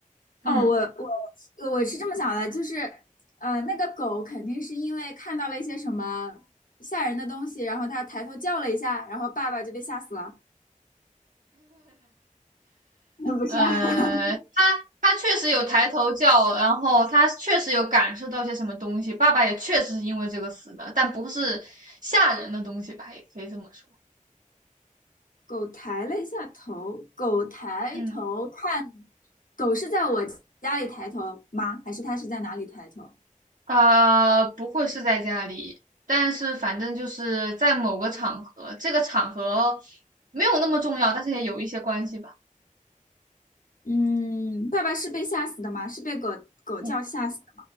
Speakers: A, on the right; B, on the left.
A: 嗯，
B: 哦，我我我是这么想的，就是，呃，那个狗肯定是因为看到了一些什么吓人的东西，然后它抬头叫了一下，然后爸爸就被吓死了 <laughs>。我不吓。
A: 呃，他他确实有抬头叫，然后他确实有感受到些什么东西。爸爸也确实是因为这个死的，但不是吓人的东西吧，也可以这么说。
B: <laughs> 狗抬了一下头，狗抬头看，
A: 嗯，
B: 狗是在我家里抬头吗？还是它是在哪里抬头？
A: 啊，不会是在家里，但是反正就是在某个场合，这个场合没有那么重要，但是也有一些关系吧。
B: 嗯，爸爸是被吓死的吗？是被狗狗叫吓死的？
A: 嗯，